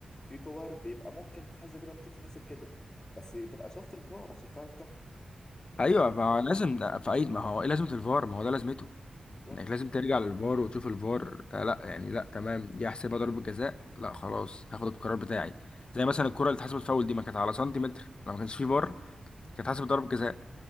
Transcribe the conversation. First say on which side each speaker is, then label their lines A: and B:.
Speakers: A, on the left; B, on the left.
A: في كور بيبقى ممكن تتحسب كده ممكن تتحسب كده بس تبقى شفت الفار عشان تعرف تحكم انما
B: ايوه
A: تشوف
B: ما هو لازم
A: الفار أصلاً.
B: في اي ما هو ايه لازمة الفار ما هو ده لازمته
A: بالظبط
B: انك لازم ترجع للفار وتشوف الفار آه لا يعني لا تمام دي احسبها ضربة جزاء لا خلاص هاخد القرار بتاعي زي مثلا الكرة اللي اتحسبت فاول دي ما كانت على سنتيمتر لو ما كانش في فار كانت اتحسبت ضربة جزاء